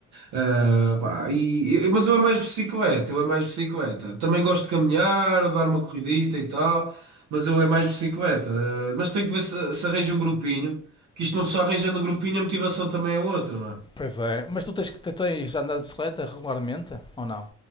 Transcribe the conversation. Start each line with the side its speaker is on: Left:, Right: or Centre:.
Right: Ah, pá, e, e- mas eu é mais bicicleta eu é mais bicicleta também gosto de caminhar dar uma corridita e tal mas eu é mais bicicleta Ah, mas tenho que ver se, se arranja um grupinho que isto uma pessoa arranjando um grupinho a motivação também é outra não é?
Left: Pois é, mas tu tens que tu tens andado de bicicleta regularmente ou não?